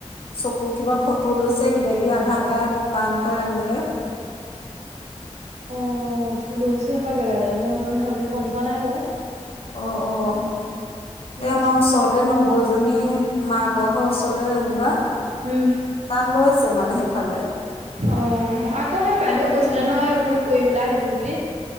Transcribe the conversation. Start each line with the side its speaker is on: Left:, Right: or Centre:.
Left: চকু কিবা ফটো লৈছে, কিবা-কিবি আধাৰ কাৰ্ড, পান কাৰ্ড এনেকে।
Right: অ', লৈছে হপাই জেগাই-জেগাই, মই ইমান ভালকে গম পোৱা নাই বাওঁ।
Left: অ', অ', এ
Right: লৈছে
Left: আমাৰ ওচৰত তে নবৌ এজনী মাকৰ ঘৰ ওচৰতে যেনিবা।
Right: উম।
Left: তাত লৈছে মানে সেইফালে।
Right: অ, আকৌ সেই
Left: সেইফালে
Right: বাইদেউ
Left: গৈছে
Right: কৈছিলে নহয় এইবোৰ কৰিবলৈ আহিব বুলি।